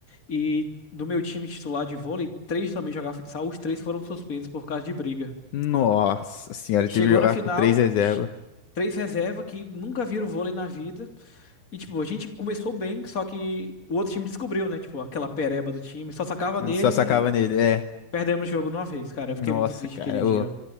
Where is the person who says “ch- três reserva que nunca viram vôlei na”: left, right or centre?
Left